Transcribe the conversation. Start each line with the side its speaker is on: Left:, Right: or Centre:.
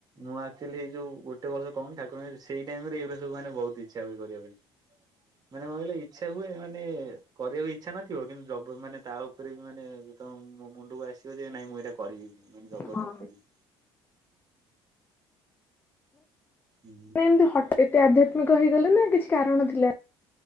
Right: ମୁଁ ଆକ୍ଚୁଆଲି ହେଇ ଯୋଉ ଗୋଟେ ବର୍ଷ କହୁନି ଠାକୁରଙ୍କ ସେଇ ଟାଇମ ରେ ଏଇରା ସବୁ ମାନେ ବହୁତ ଇଛା ହୁଏ କରିବା ପାଇଁ। ମାନେ କଣ କହିଲେ ଇଛା ହୁଏ ମାନେ କରିବାକୁ ଇଛା ନଥିବ କିନ୍ତୁ ଜବ ମାନେ ତା ଉପରେ ବି ମାନେ ତ ମୋ ମୁଣ୍ଡକୁ ଆସିବ ଯେ ନାଇଁ ମୁଁ ଏଇଟା କରିବି ମାନେ ଜବରଦସ୍ତ
Left: ହଁ।
Right: କରିବି। ହୁଁ
Left: ନା ଏମିତି ହଟ ଏତେ ଆଧ୍ୟାତ୍ମିକ ହେଇଗଲେ ନା କିଛି କାରଣ ଥିଲା